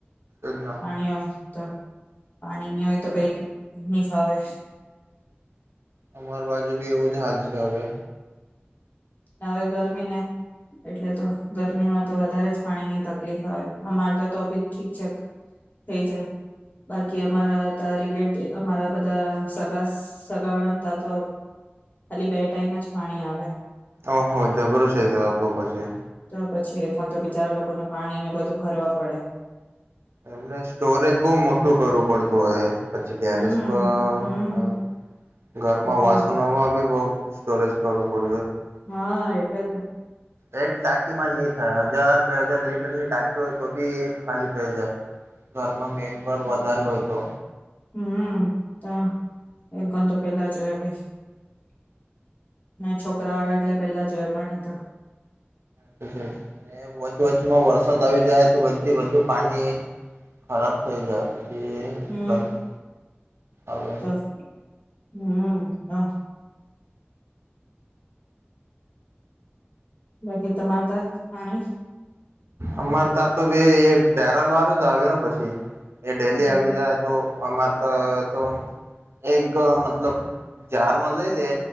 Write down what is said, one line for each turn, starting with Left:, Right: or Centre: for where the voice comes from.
Right: એજ ના
Left: પાણી આવ. તો પાણીની હોય તો પાહિ ની ફાવે.
Right: અમાર બાજુ બી એવું જ હાલ છે હવે.
Left: હવે ગરમીને એટલે તો ગરમીમાં તો વધારે જ પાણી ની તકલીફ આવે અમારે તો તો બી ઠીક છેક થઈ જાય બાકી અમારા ત રિલે અમારા બધા સગા સ સગાવાળા ને તા તો ખાલી બે ટાઈમ જ પાણી આવે.
Right: ઓહો, જબરુ છે ત તો પછી.
Left: પછી એ પણ તો બિચારા લોકોને પાણી ને બધું ભરવા પડે.
Right: એમને સ્ટોરેજ બહુ મોટું કરવું પડતું હોય. પછી ટેરેસ
Left: હમ
Right: પર
Left: હમ
Right: અ ઘરમાં
Left: તો
Right: વાસણમાં બી બઉ સ્ટોરેજ કરવો પડ
Left: હા એટલે
Right: એક ટાંકી માં નહી થાય, હજાર બે હજાર લીટર ની ટાંકી હોય તો બી એક ખાલી થઈ જાય. ઘરમાં મેમ્બર વધારે હોય તો
Left: હમ્મ તો, એ લોકોને તો પેલા જોવે ભાઈ. માર છોકરા વાળા એટલે પેલા જોયા પાણી તો.
Right: પછી અને વચ વચમાં વરસાદ આવી જાય તો પછી બધું પાણી ખરાબ થઈ જાય. પછી
Left: હમ્મ
Right: ગંદુ આવે
Left: તો હમ્મ તો. બાકી તમારે તો, પાણી
Right: અમારે ત્યાં તો ભી એ બેરલ વારો જ આવેલો પછી. એ ડેલી
Left: હમ
Right: આવી જાય તો આમાં તો તો એક મતલબ જારમાં લઈ લે